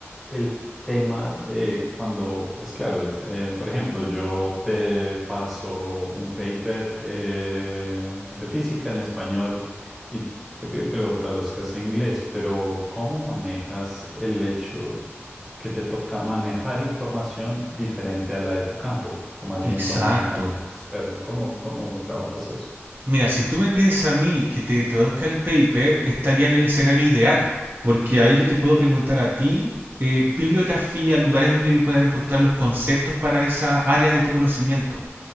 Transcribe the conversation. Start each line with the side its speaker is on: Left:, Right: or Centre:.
Centre: el tema de cuando, pues claro, eh, por ejemplo, yo te paso un paper eh, de física en español. Y te pido que lo traduzcas a inglés, pero ¿cómo manejas el hecho que te toca manejar información diferente a la de tu campo? O más bien
Right: Exacto.
Centre: con algo externo. ¿Cómo, cómo trabajas eso?
Right: Mira, si tú me pides a mí que te traduzca el paper, estaría en el escenario ideal, porque ahí yo te puedo preguntar a ti eh, bibliografía, lugares donde yo pueda encontrar los conceptos para esa área de tu conocimiento